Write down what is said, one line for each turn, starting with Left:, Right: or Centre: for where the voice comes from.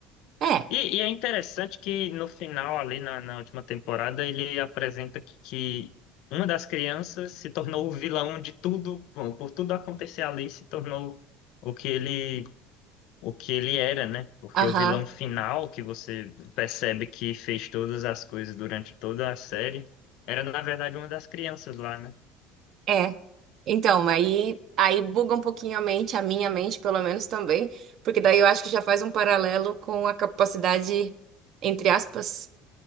Right: É.
Left: E, e é interessante que no final, ali na, na última temporada, ele apresenta que que uma das crianças se tornou o vilão de tudo, bom, por tudo acontecer ali, se tornou o que ele, o que ele era, né? Porque
Right: Aham.
Left: o vilão final, que você percebe que fez todas as coisas durante toda a série, era na verdade uma das crianças lá, né?
Right: É. Então, aí, aí buga um pouquinho a mente, a minha mente, pelo menos também, porque daí eu acho que já faz um paralelo com a capacidade, entre aspas,